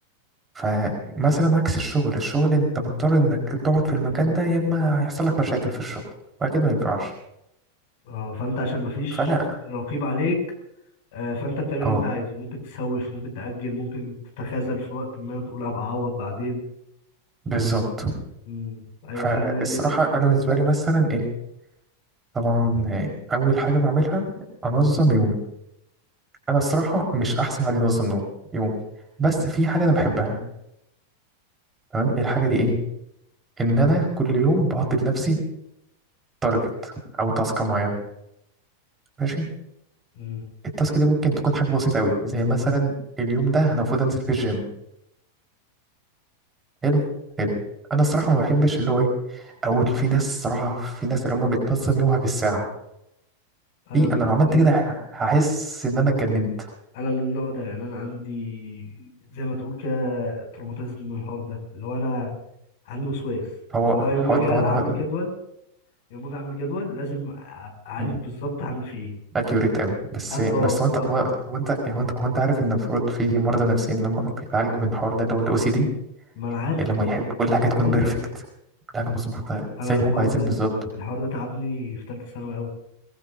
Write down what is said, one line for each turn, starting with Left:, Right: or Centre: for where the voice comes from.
Right: فمثلا عكس الشغل الشغل انت مضطر انك تقعد في المكان ده يا اما هيحصل لك مشاكل في الشغل واكيد ما ينفعش
Left: اه فانت عشان مفيش
Right: فلا
Left: رقيب عليك آه، فانت بتعمل
Right: اه
Left: اللي انت عايزه ممكن تسوف ممكن تأجل ممكن تتخاذل في وقت ما تقول هبقى اعوض بعدين
Right: بالظبط
Left: امم ايوه
Right: فالصراحه
Left: فعلا هي دي حتة
Right: انا
Left: ال-
Right: بالنسبه لي مثلا ايه طبعا آه، اول حاجه بعملها انظم يومي انا الصراحه مش احسن حد ينظم نوم يوم بس في حاجه انا بحبها تمام الحاجه دي ايه ان انا كل يوم بحط لنفسي تارجت او تاسك معينه ماشي
Left: امم
Right: التاسك دي ممكن تكون حاجه بسيطه قوي زي مثلا اليوم ده انا المفروض انزل في الجيم حلو حلو انا الصراحه ما بحبش اللي هو ايه اول في ناس صراحه في ناس اللي هم بتنظم يومها بالساعه
Left: انا
Right: دي
Left: من
Right: انا لو عملت
Left: انا
Right: كده هحس ان انا اتجننت
Left: انا من النوع ده يعني انا عندي زي ما تقول كده تروماتيزم من الحوار ده اللي هو انا عندي وسواس
Right: هو
Left: اللي هو يوم ما
Right: هو
Left: اجي اعمل
Right: هو,
Left: جدول يوم ما اجي اعمل جدول لازم ابقى عارف
Right: هو...
Left: بالظبط هعمل في ايه
Right: اكيوريت قوي بس
Left: أب- اه
Right: بس
Left: بالظبط
Right: هو انت هو هو انت هو انت هو انت عارف ان المفروض في مرضى نفسيين لما بيتعالجوا من الحوار ده اللي هو الاو سي دي
Left: ما انا عارف
Right: اللي
Left: الحوار
Right: هم يحبوا
Left: ده
Right: كل حاجه تكون
Left: ايوه
Right: بيرفكت
Left: ايوه
Right: كل حاجه مظبوطه
Left: انا
Right: زي
Left: الحوار
Right: ما هم عايزين
Left: ده
Right: بالظبط
Left: الحوار ده تعبني في ثالثه ثانوي قوي